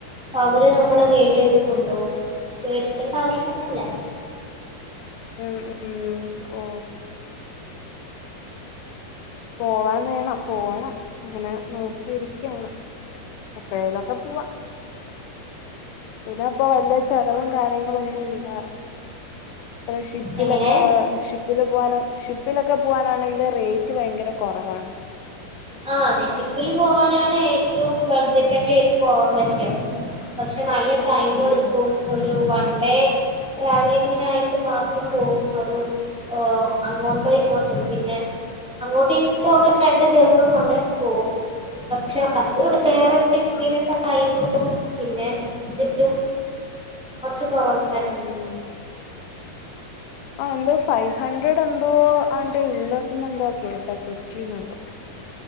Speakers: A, in the centre; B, on the left.
A: അപ്പൊ അവര് നമ്മളെ ഗൈഡ് ചെയ്ത് കൊണ്ടുപോകും മേടിക്കേണ്ട ആവശ്യംന്നുല്ല
B: ഉം ഉം ഓ പോവാൻ വേണം പോണം ഇങ്ങനെ നോക്കി ഇരി ക്കാണ് എപ്പോഴേലും ഒക്കെ പോവാ പിന്നെ ഇപ്പോ വലിയ ചെലവും കാര്യങ്ങള ഒന്നും ഇല്ല ആഹ് ഷിപ്പിലൊക്കെ
A: എങ്ങനെ
B: ഷിപ്പ ഷിപ്പിൽ പോകാന ഷിപ്പിലൊക്കെ പോവാനാണെങ്കിൽ റേറ്റ് ഭയങ്കര കുറവാണ്
A: ആഹ് അതെ ഷിപ്പില് പോവാനാണ് ഏറ്റവും ബഡ്ജറ്റ് ഫ്രണ്ട്ലി ആയിട്ട് പോവാൻ പറ്റാ. പക്ഷെ നല്ല ടൈമെടുക്കും.
B: ഉം
A: ഒരു വൺ ഡേ ട്രാവലിങ്ങിനായിട്ട് മാത്രം പോവും അതും ഓ അങ്ങോട്ടോ ഇങ്ങോട്ടും പിന്നെ അങ്ങോട്ടും ഇങ്ങോട്ടും ആകുമ്പോ രണ്ട് ദിവസ് സം അങ്ങന പോവും. പക്ഷെ അത് വേറെ ഒരു എക്സ്പീരിയൻസ്
B: ഉം
A: ആയിരിക്കും പിന്നെ ബഡ്ജറ്റും കൊർച്ച് കൊറവാ
B: <unintelligible> ആഹ് എന്തോ ഫൈവ് ഹൺഡ്രഡ് എന്തോ ആണ്ട് ഉള്ളത് ന്നെന്തോ കേട്ടത് കൊച്ചീന്നെന്തോ.